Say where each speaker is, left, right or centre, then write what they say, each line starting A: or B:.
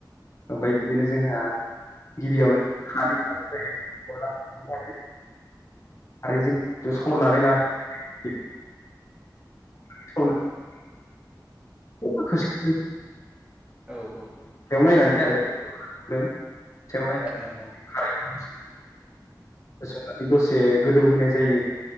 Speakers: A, on the left (about 40°); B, on the right (about 15°).
A: ओमफ्राय बिदिनो जोंहा गिबियावनो खारै <unintelligible> आरो जोंहा सरनानै लानाय <unintelligible> <unintelligible> <unintelligible>
B: औ औ
A: नायनानै आरो नायनानै
B: नंगौ
A: खारैखौ होस होसननानै दसे गोदौ होनाय जायो